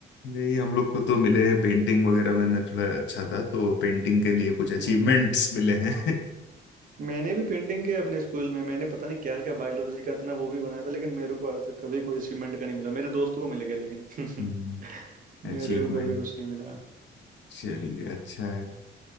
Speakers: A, on the left; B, on the right.
A: नहीं हम लोग को तो मिले हैं पेंटिंग वगैरह में मैं थोड़ा अच्छा था तो पेंटिंग के लिए कुछ अचीवमेंट्स
B: हम्म
A: मिले हैं
B: मैंने भी पेंटिंग किया अपने स्कूल में मैंने पता नहीं क्या क्या बायोलॉजी का इतना वो भी बनाया था लेकिन मेरे को आज तक कभी कोई अचीवमेंट का नहीं मिला मेरे दोस्तों को मिल गया लेकिन
A: <laughs>
B: <laughs>
A: अचीवमेंट
B: मेरे को कभी कुछ नहीं मिला
A: चलिए अच्छा है